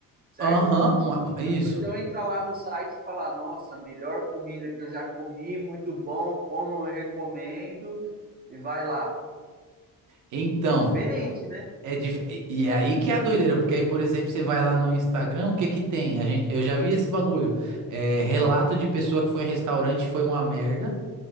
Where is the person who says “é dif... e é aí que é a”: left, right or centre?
Right